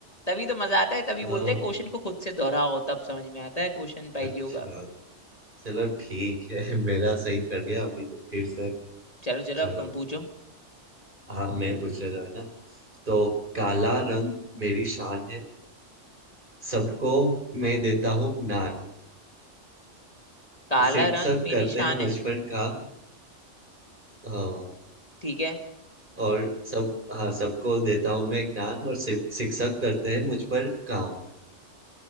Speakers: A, on the left (about 30°); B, on the right (about 40°).
A: तभी तो मजा आता है तभी
B: हाँ
A: बोलते हैं क्वेश्चन को खुद से दोहराओ तब समझ में आता है क्वेश्चन पहेलियों
B: अच्छा
A: का
B: चलो ठीक है <laughs> मेरा सही पड़ गया अभी तो फिर से
A: चलो चलो
B: चलो
A: अब तुम पूछो
B: हाँ मैं पूछ रहा था ना तो काला रंग मेरी शान है सबको मैं देता हूँ ज्ञान
A: काला
B: शिक्षक
A: रंग मेरी
B: करते
A: शान
B: हैं मुझ
A: है
B: पर काम हाँ,
A: ठीक है
B: और सब हाँ सबको देता हूँ मैं ज्ञान और शिक- शिक्षक करते हैं मुझ पर काम